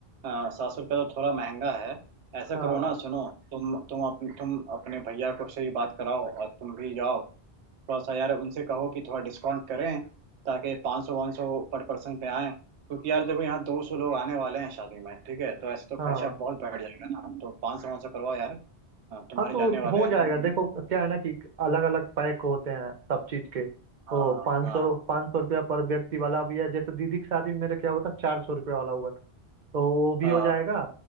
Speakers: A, on the right; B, on the right.
A: सात सौ रुपया तो थोड़ा महंगा है ऐसा
B: हाँ
A: करो ना सुनो तुम तुम अपने तुम अपने भैया को से ही बात कराओ और तुम भी जाओ थोड़ा सा यार उनसे कहो कि थोड़ा डिस्काउंट करें ताकि पाँच सौ पाँच सौ पर पर्सन पे आए क्योंकि यार देखो यहाँ दो सौ लोग आने वाले हैं शादी में ठीक है तो ऐसे तो
B: हाँ
A: खर्चा बहुत बढ़ जाएगा ना तो पाँच सौ पाँच सौ करवाओ यार हाँ, तुम्हारे
B: हाँ तो
A: जानने वाले
B: हो
A: हैं
B: जाएगा
A: ना
B: देखो क्या है ना कि अलग अलग पैक होते हैं सब चीज के तो
A: हाँ
B: पाँच
A: हाँ
B: सौ पाँच सौ रुपया पर व्यक्ति वाला भी है जैसे दीदी की शादी में मेरे क्या हुआ था चार सौ रुपया वाला हुआ था तो वो भी
A: हाँ
B: हो जाएगा